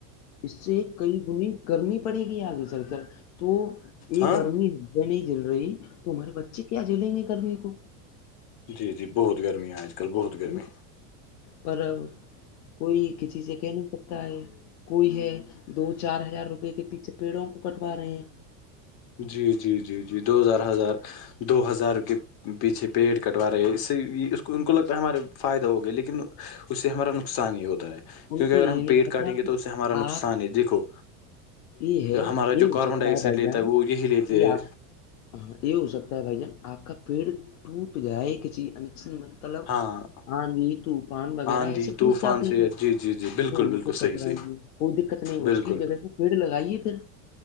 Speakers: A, on the left; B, on the left.
A: اس سے کئی گنی گرمی پڑے گی آگے چل کر تو یہ
B: ہاں
A: گرمی نہیں جل رہی تمہارے بچے کیا جلیں گے گرمی کو
B: جی جی بہت گرمیاں آج کل بہت گرمی
A: ب پر کوئی کسی سے کہہ نہیں سکتا ہے کوئی ہے دو چار ہزار روپے کے پیچھے پیڑوں کو کٹوا رہے ہیں
B: جی جی جی جی دو ہزار ہزار دو ہزار کے پیچھے پیڈ۔ کٹوا رہے ہے اس سے اس کو ان کو لگتا ہمارے فائدہ ہو گا لیکن اس سے ہمارا نقصان ہی ہوتا ہے
A: ان
B: کیونکہ
A: کو
B: اگر
A: یہ
B: ہم
A: نہیں
B: پیڑ
A: پتا
B: کاٹیں گے
A: کہ
B: تو اس سے ہمارا
A: آپ
B: نقصان ہی دیکھو
A: یہ ہے
B: ہمارا
A: یہ
B: جو
A: ہو
B: کاربن
A: سکتا
B: ڈائی آکسائڈ
A: ہے بھائی
B: لیتا
A: جان
B: وہ یہی لیتے
A: کہ
B: ہے
A: آپ ہاں یہ ہو سکتا ہے بھائی جان آپ کا پیڑ ٹوٹ گائے کہ چیز انکسن مند مطلب
B: ہاں
A: آندھی طوفان وغیرہ
B: آندھی
A: ایسے
B: طوفان
A: ٹوٹ جاتے
B: سے
A: پھر
B: جی جی جی بالکل
A: تو
B: بالکل
A: ان کو
B: صحیح
A: کٹوائیے
B: صحیح
A: کوئی دقت نہیں
B: بالکل
A: اس کی جگہ سے پیڑ لگائیے پھر